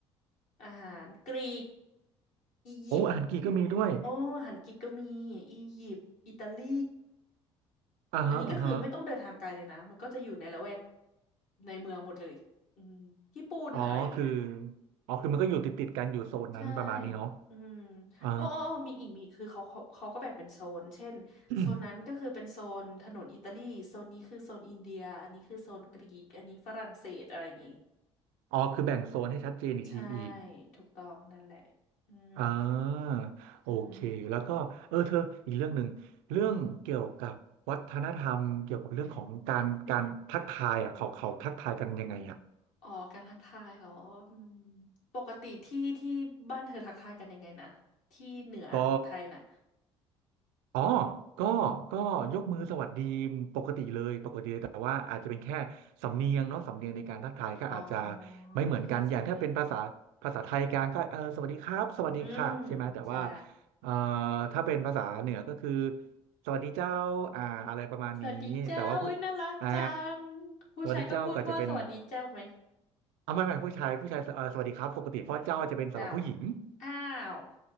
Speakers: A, on the left; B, on the right.
A: อาหารกรีกอียิปต์
B: โอ้อาหารกีก็มีด้วย
A: โอ้อาหารกรีกก็มีอียิปต์อิตาลี
B: อ่าฮะอ่าฮะ
A: อันนี้ก็คือไม่ต้องเดินทางไกลเลยนะมันก็จะอยู่ในละแวกในเมืองหมดเลยอืมญี่ปุ่นอะไรอย่างเงี้ย
B: อ๋อคืออ๋อคือมันก็อยู่ติดติดกันอยู่โซนนั้นประมาณนี้เนาะ
A: ใช่ อืม
B: อ่า
A: อ้ออ้ออ้อมีอีกมีอีกคือเขาเขาเขาก็แบ่งเป็นโซนเช่นโซนนั้นก็คือเป็นโซนถนนอิตาลีโซนนี้คือโซนอินเดียอันนี้คือโซนกรีก
B: <clears throat>
A: อันนี้ฝรั่งเศสอะไรอย่างงี้
B: อ๋อคือแบ่งโซนให้ชัดเจนอีกทีอีก
A: ใช่ถูกต้องนั่นแหละอืม
B: อ่าโอเคแล้วก็เออเธออีกเรื่องหนึ่งเรื่องเกี่ยวกับวัฒนธรรมเกี่ยวกับเรื่องของการการทักทายอ่ะเขาเขาทักทายกันยังไงอ่ะ
A: อืมอ๋อการทักทายเหรออืมปกติที่ที่บ้านเธอทักทายกันยังไงนะ ที่เหนือของไทยน่ะ
B: ก็ อ๋อก็ก็ยกมือสวัสดีปกติเลยปกติเลยแต่ว่าอาจจะเป็นแค่สำเนียงเนาะสำเนียงในการทักทายก็อาจจะ
A: อ๋อ
B: ไม่เหมือนกันอย่างถ้าเป็นภาษาภาษาไทยกลางก็เออสวัสดีครับสวัสดีค่ะใช่ไหมแต่ว่า
A: มีแค่สำเนียงอืมใช่
B: เอ่อถ้าเป็นภาษาเหนือก็คือสวัสดีเจ้าอ่าอะไรประมาณนี้แต่ว่าผู้
A: สวัสดีเจ้าอุ๊ยน่ารักจัง
B: อ่า
A: ผู้ชายก็พูดว่าสวัสดีเจ้าไหม
B: สวัสดีเจ้าก็จะเป็นเอาไม่ไม่ผู้ชายผู้ชายเอ่อสวัสดีครับปกติเพราะเจ้าจะเป็นสำหรับผู้หญิง
A: อ้าวอ้าว